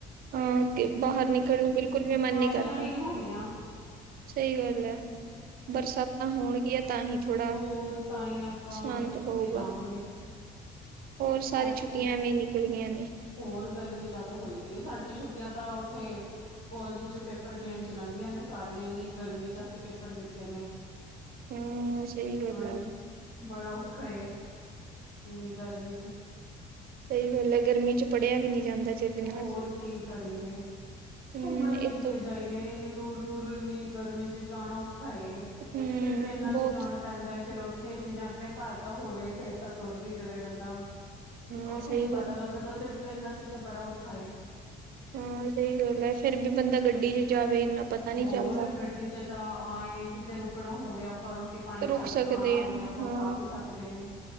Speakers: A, on the right; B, on the left.
A: ਹਾਂ ਤੇ ਬਾਹਰ ਨਿਕਲਣ ਨੂੰ ਬਿਲਕੁਲ ਵੀ ਮਨ
B: ਬਾਰਿਸ਼ਾਂ
A: ਨੀ ਕਰਦਾ
B: ਵੀ ਨਹੀਂ ਹੋਈਆਂ।
A: ਸਹੀ ਗੱਲ ਹੈ ਬਰਸਾਤਾਂ ਹੋਣਗੀਆਂ ਤਾਂ ਹੀ ਥੋੜਾ
B: ਹੋਰ ਤਾਂ ਹੀ ਆਪਾਂ
A: ਸ਼ਾਂਤ
B: ਕਿਤੇ
A: ਹੋਊਗਾ
B: ਜਾਵਾਂਗੇ
A: ਹੋਰ ਸਾਰੀ
B: ਐਤਕੀ
A: ਛੁੱਟੀਆਂ ਐਵੇਂ ਨਿਕਲ ਗੀਆਂ ਨੇ
B: ਹੋਰ ਗਰਮੀ ਜਿਆਦਾ ਹੋਈ ਪਈ ਹੈ ਸਾਡੀ ਛੁੱਟੀਆਂ ਤਾਂ ਉੱਥੇ ਕੋਲਜ ਚ ਪੇਪਰ ਦੇਣ ਚ ਲੰਘੀਆਂ ਨੇ ਸਾਰੀਆਂ ਇੰਨੀ ਗਰਮੀ ਚ ਅਸੀਂ ਪੇਪਰ ਦਿੱਤੇ ਨੇ
A: ਹਾਂ-ਹਾਂ ਸਹੀ ਗੱਲ
B: ਬੜੇ
A: ਆ
B: ਬੜਾ ਔਖਾ ਏ ਇੰਨੀ ਗਰਮੀ ਚ
A: ਸਹੀ ਗੱਲ ਹੈ ਗਰਮੀ ਚ ਪੜਿਆ ਵੀ ਨਹੀਂ ਜਾਂਦਾ। ਚਜ
B: ਹੋਰ
A: ਨਾਲ
B: ਕੀ ਕਰੀਏ
A: ਹੂੰ
B: ਘੁੰਮਣ ਵੀ
A: ਇਹ
B: ਕਿਤੇ
A: ਤੋਂ
B: ਜਾਈਏ ਇਨੀ ਦੂਰ, ਦੂਰ ਇੰਨੀ ਗਰਮੀ ਚ ਜਾਣਾ ਔਖਾ ਏ
A: ਹੂੰ
B: ਤੇ ਟ੍ਰੇਨਾਂ ਚ
A: ਬਹੁਤ
B: ਜਾਣਾ ਪੈਂਦਾ ਫਿਰ ਉੱਥੇ ਜਿਵੇਂ ਆਪਣੇ ਘਰ ਦਾ ਹੋਵੇ ਫਿਰ ਤਾਂ ਤੁਰ ਵੀ ਜਾਵੇ ਬੰਦਾ।
A: ਹਾਂ
B: ਉੱਥੇ
A: ਸਹੀ
B: ਨੀ
A: ਗੱਲ
B: ਪਤਾ ਲੱਗਦਾ ਤੇ ਟ੍ਰੇਨਾ ਵਿਚ ਤਾਂ ਬੜਾ ਔਖਾ ਏ
A: ਹਾਂ ਸਹੀ ਗੱਲ ਹੈ ਫਿਰ ਵੀ ਬੰਦਾ ਗੱਡੀ ਚ ਜਾਵੇ ਇੰਨਾ ਪਤਾ ਨਹੀਂ
B: ਹੋਰ
A: ਚੱਲਦਾ
B: ਗੱਡੀ ਚ ਤਾਂ ਆਏ ਕਿਥੇ ਰੁਕਣਾ ਹੋਵੇ। ਪਰ ਰੋਟੀ ਪਾਣੀ
A: ਰੁਕ
B: ਖਾ
A: ਸਕਦੇ
B: ਖਾਣਾ ਹੋਵੇ
A: ਆ
B: ਆਪਾਂ
A: ਹਾਂ
B: ਖਾ ਵੀ ਸਕਦੇ ਨੇ